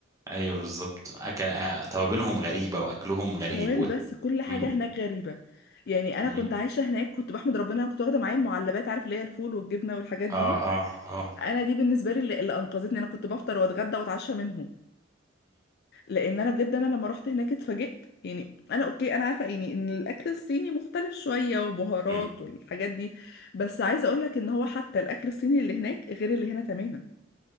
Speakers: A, on the right; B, on the left.
A: ايوه بالظبط أكل... آه، توابلهم غريبه واكلهم غريب
B: مش توابل
A: و...
B: بس كل حاجه
A: مم.
B: هناك غريبه يعني انا
A: مم.
B: كنت عايشه هناك كنت بحمد ربنا انا كنت واخده معايا المعلبات عارف اللي هي الفول والجبنه والحاجات دي
A: اه اه اه
B: انا دي بالنسبه لي اللي اللي انقذتني انا كنت بفطر واتغدى واتعشى منهم لان انا بجد انا لما رحت هناك اتفاجئت يعني انا اوكي انا عارفه يعني ان الاكل الصيني مختلف شويه وبهارات
A: مم.
B: والحاجات دي بس عايزه اقول لك ان هو حتى الاكل الصيني اللي هناك غير اللي هنا تماما